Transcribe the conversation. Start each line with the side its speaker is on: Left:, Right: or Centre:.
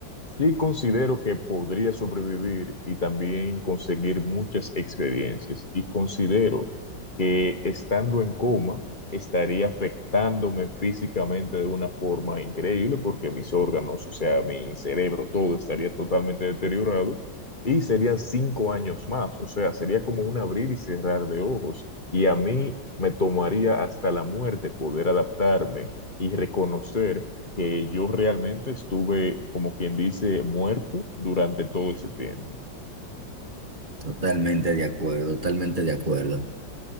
Left: Sí considero que podría sobrevivir y también conseguir muchas experiencias. Y considero que estando en coma estaría afectándome físicamente de una forma increíble porque mis órganos, o sea, mi cerebro, todo estaría totalmente deteriorado y serían cinco años más. O sea, sería como un abrir y cerrar de ojos. Y a mí me tomaría hasta la muerte poder adaptarme y reconocer que yo realmente estuve, como quien dice, muerto durante todo ese tiempo.
Right: Totalmente de acuerdo, totalmente de acuerdo.